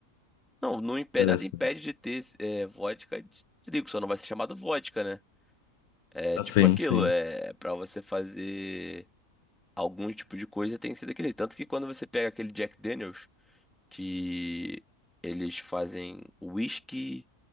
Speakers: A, in the centre; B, on the left.
A: Não, não impede,
B: Parece.
A: nada impede de ter é, vodka de trigo, só não vai ser chamado vodka, né? É
B: Assim,
A: tipo aquilo,
B: sim,
A: é para você fazer algum tipo de coisa tem que ser daquele. Tanto que quando você pega aquele Jack Daniels, que eles fazem whisky